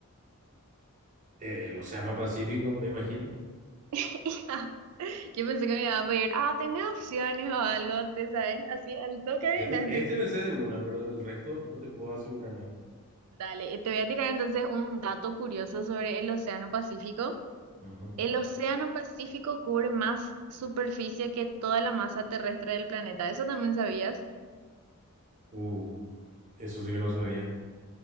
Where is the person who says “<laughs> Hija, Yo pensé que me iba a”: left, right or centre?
Right